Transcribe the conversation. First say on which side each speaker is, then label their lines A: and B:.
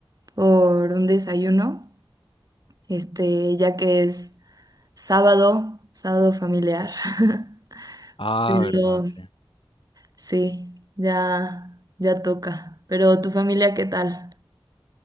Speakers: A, on the right; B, on the left.
A: por un desayuno, este, ya que es sábado, sábado familiar. <laughs>
B: Ah,
A: Pero
B: verdad, sí.
A: sí, ya, ya toca. Pero tu familia, ¿qué tal?